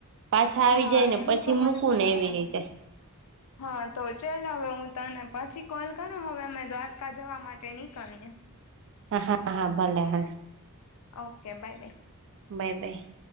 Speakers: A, on the right; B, on the left.
A: પાછા આવી
B: હા
A: જાય ને
B: એમ
A: પછી
B: તો
A: મૂકું
B: મને પણ
A: ને એવી
B: ન ગમે
A: રીતે
B: હા તો ચલ હવે હું તને પછી કોલ કરું હવે અમે દ્વારકા જવા માટે નીકળએ
A: હા હા ભોલે હ
B: ઓકે બાય બાય
A: બાય બાાય